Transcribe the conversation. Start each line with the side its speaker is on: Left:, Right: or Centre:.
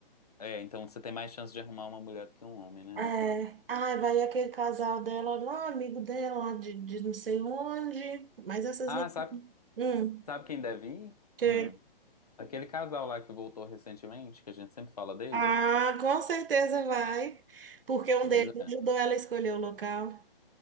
Left: é, então você tem mais chance de arrumar uma mulher do que um homem, né,
Right: É.
Left: lá.
Right: Ai, vai aquele casal dela lá, amigo dela lá de, de não sei onde. Mas essas.
Left: Ah,
Right: meninas-
Left: sabe,
Right: Hum,
Left: sabe quem deve ir?
Right: que...
Left: Hum. Aquele casal lá que voltou recentemente, que a gente sempre fala deles.
Right: Ah, com certeza vai. Porque um
Left: Pois
Right: deles
Left: é.
Right: ajudou ela a escolher o local.